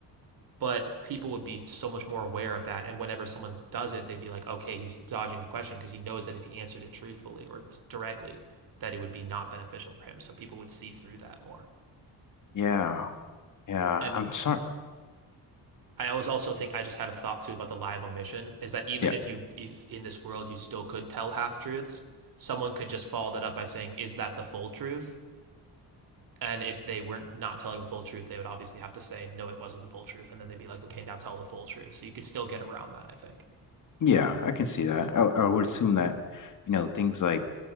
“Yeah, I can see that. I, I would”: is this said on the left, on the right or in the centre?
Left